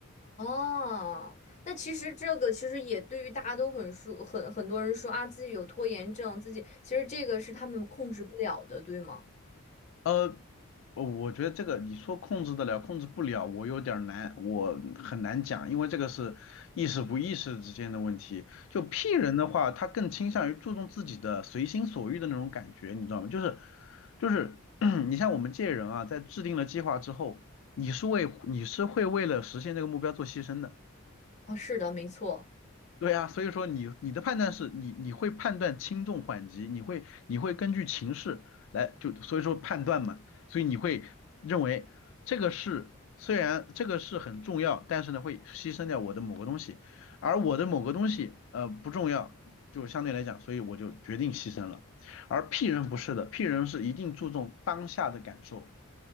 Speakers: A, on the left; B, on the left.
A: 哦，那其实这个其实也对于大家都很说，很很多人说啊，自己有拖延症，自己其实这个是他们控制不了的，对吗？
B: 呃，我我觉得这个你说控制得了，控制不了，我有点儿难，我很难讲，因为这个是意识不意识之间的问题。就 P 人的话，他更倾向于注重自己的随心所欲的那种感觉，你知道吗？就是就是，<clears throat> 你像我们这些人啊，在制定了计划之后，你是为你是会为了实现这个目标做牺牲的。
A: 啊，是的，没错。
B: 对啊，所以说你你的判断是你你会判断轻重缓急，你会你会根据情势来就所以说判断嘛，所以你会认为这个事虽然这个事很重要，但是呢会牺牲掉我的某个东西，而我的某个东西呃不重要，就相对来讲，所以我就决定牺牲了。而 P 人不是的，P 人是一定注重当下的感受，